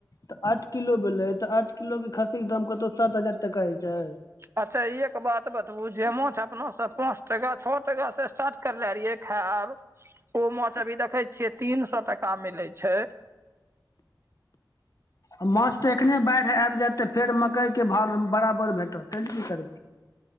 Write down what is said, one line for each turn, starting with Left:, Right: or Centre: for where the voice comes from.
Left: तऽ आठ किलो भेलै तऽ आठ किलो के खस्सी के दाम कतौ सात हजार टका होय छै
Right: अच्छा ई एक बात बतबू जे माछ अपना से पाँच टका छओ टका स्टार्ट करले रहियै खायब ओ माछ अभी देखै छियै तीन सौ टाका मिलै छै
Left: आ माछ तऽ एखने बाढ़ि आबि जायत तऽ फेर मकइ के भाव बराबर भेटत तै ले कि करबै